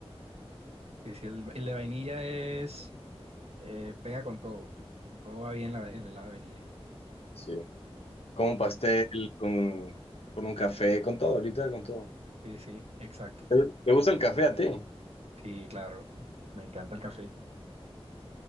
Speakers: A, on the right; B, on the left.
A: Y si el, el de vainilla es, eh, pega con todo. Con todo va bien la- el helado de vainilla.
B: sí. Con un pastel,
A: Oh,
B: con, con un café, con todo, ahorita con todo.
A: sí, sí, exacto.
B: ¿Te te gusta el café a ti?
A: Sí, claro. Me encanta el café.